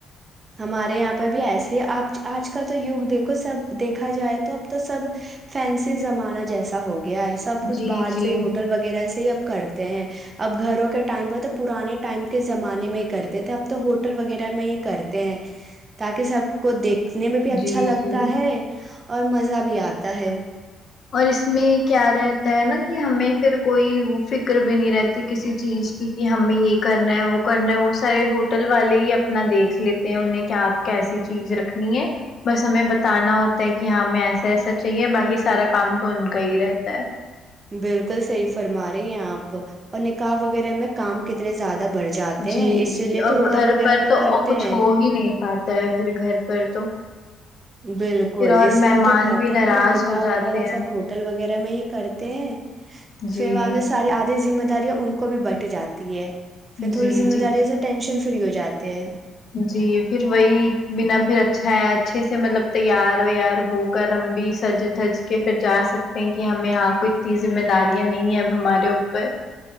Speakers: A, on the right; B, on the left.
A: ہمارے یہاں پر بھی ایسے ہی آپ آج کا تو یگ دیکھو سب دیکھا جائے تو اب تو سب فینسی زمانہ جیسا ہوگا گیا ہے سب کچھ
B: جی
A: باہر
B: جی
A: سے ہوٹل وغیرہ سے ہی کرتے ہیں اب گھروں کے ٹائم پہ تو پرانے ٹائم کے زمانے میں ہی کرتے تھے اب تو ہوٹل وغیرہ میں ہی کرتے ہیں تاکہ سب کو دیکھ دیککھنے میں بھی اچھا
B: جی
A: لگتا
B: جی
A: ہے اور مزہ بھی آتا ہے
B: اور اس میں کیا رہتا ہے نا کہ ہمیں پھر کوئی فکر بھی نہیں رہتی کسی چیز کی کہ ہمیں یہ کرنا ہے وہ کرنا ہے وہ سارے ہوٹل والے ہی اپنا دیکھ لیتے ہیں انہیں کہ آپ کی ایسی چیز رکھنی ہے بس ہمیں بتانا ہوتا ہے کہ ہماں ہمیں ایسا ایسا چاہیے باقی سارا کام تو ان کا ہی رہتا ہے
A: بالکل صحیح فرما رہی ہیں آپ اور نکاح وغیرہ میں کام کتنے زیادہ بڑھ جاتے
B: جی
A: ہیں اسی
B: جی
A: لیے
B: اور
A: تو ہوٹل
B: گھر
A: وغیرہ
B: پر
A: میں
B: تو
A: کرتے
B: کچھ
A: ہیں
B: ہو ہی نہیں پاتا ہے پھر گھر پر تو
A: بالکل
B: پھر اور
A: اس لیے
B: مہمان
A: تو کہتے
B: بھی
A: ہیں
B: ناراض
A: کہ نکاح
B: ہو جاتے
A: وغیرہ
B: ہیں
A: سب ہوٹل وغیرہ میں ہی کرتے ہیں
B: جی
A: پھر وہاں نے ساری آدھی مت د ان کو بھی بٹ جاتی ہے پھر
B: جی
A: تھوڑیذم
B: جی
A: داری ہے س سے ٹشن ری ہو جاتے ہیں
B: جی پھر وہی بنا پھر اچھ ہے اچھے سے مطلب تیار ویار ہو کر ہم بھی سج دج کے پھر جا سکتے ہیں کہ ہمیں یہاں کو اتنی ذمہ داریاں نہیں ہے اب ہمارے اوپر